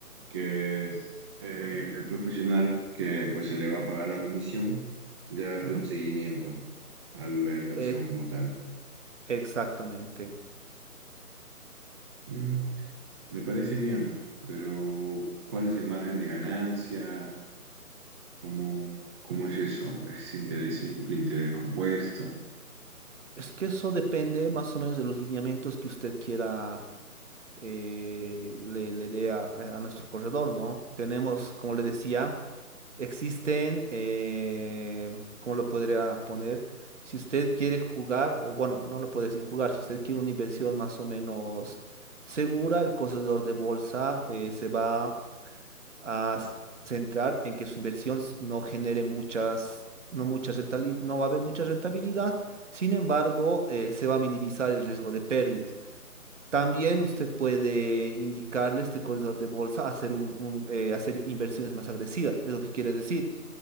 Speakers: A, on the right; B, on the right.
A: que es eh, el profesional que pues se le va a pagar la comisión y le va a hacer
B: Ujú.
A: un seguimiento a la inversión
B: Ex-
A: como tal.
B: Exactamente.
A: Mm, me parece bien, pero ¿cuál es el margen de ganancia? ¿Cómo, cómo es eso? ¿Es interés simple, interés compuesto?
B: Es que eso depende más o menos de los lineamientos que usted quiera eh, le, le dé a, a- a nuestro corredor, ¿no? Tenemos, como le decía, existen, eh, ¿cómo lo podría poner? Si usted quiere jugar, o bueno, no lo puede decir jugar, si usted quiere una inversión más o menos segura, el corredor de bolsa eh, se va a centrar en que su inversión s- no genere muchas, no muchas rentali- no va a haber mucha rentabilidad, sin embargo, eh, se va a minimizar el riesgo de pérdidas. También usted puede indicarle a este corredor de bolsa hacer, un, un, eh, hacer inversiones más agresivas. Es lo que quiere decir,